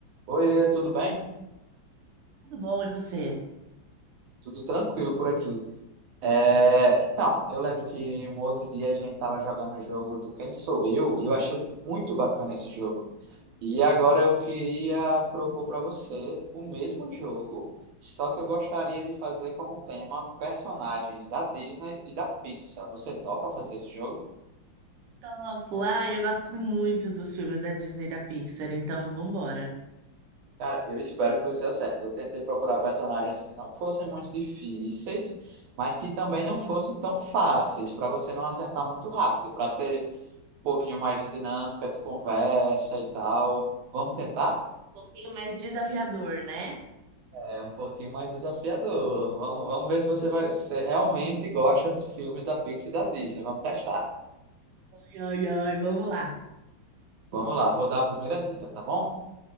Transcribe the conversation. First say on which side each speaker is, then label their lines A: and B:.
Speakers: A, on the right; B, on the right.
A: Oi, tudo bem?
B: Tudo bom, e você?
A: Tudo tranquilo por aqui. É, então, eu lembro que um outro dia a gente estava jogando o jogo do Quem Sou Eu e eu achei muito bacana esse jogo. E agora eu queria propor para você o mesmo jogo, só que eu gostaria de fazer com o tema personagens da Disney e da Pixar. Você topa fazer esse jogo?
B: Topo. Ah, eu gosto muito dos filmes da Disney e da Pixar, então vambora. Um
A: Cara, eu espero que você acerte. Eu tentei procurar personagens que não fossem muito difíceis, mas que também não fossem tão fáceis, para você não acertar muito rápido, para ter um pouquinho mais de dinâmica de conversa e tal. Vamos tentar?
B: pouquinho mais desafiador, né?
A: É um pouquinho mais desafiador. Vamos, vamos ver se você vai, se você realmente gosta dos filmes da Pixar e da Disney. Vamos testar.
B: Ai, ai, ai, vamos lá.
A: Vamos lá, vou dar a primeira dica, tá bom?